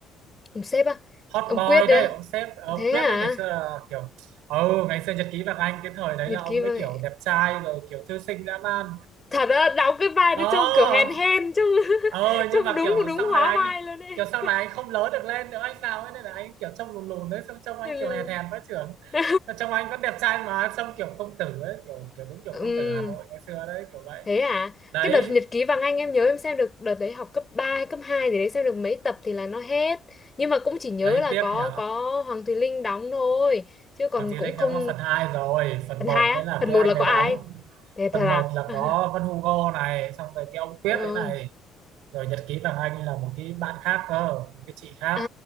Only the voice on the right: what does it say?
hot
boy
đấy
ông sếp ông
quyết
đấy ngày xưa là kiểu ừ ngày xưa nhật ký Vàng Anh cái thời đấy
là ông
mới kiểu đẹp trai rồi kiểu thư sinh dã man
ờ
ờ
nhưng mà
kiểu
sau này
anh
kiểu sau này anh không lớn được lên nữa hay sao ấy nên là anh kiểu trông lùn lùn đấy xong trông anh
kiểu hèn hèn với trưởng
Xong trông anh vẫn đẹp trai mà xong kiểu công tử ấy kiểu kiểu đúng kiểu
công tử Hà Nội ngày xưa đấy kiểu vậy
đấy
đấy
tiếc
nhỉ
Hoàng Thùy
Linh
đóng là phần 2 rồi phần
một
mới là
cái
anh
đấy
đóng
phần
một là
có Vân Hugo này xong rồi cái ông Quyết
đấy này rồi Nhật ký vàng anh là một cái bạn khác cơ một cái chị khác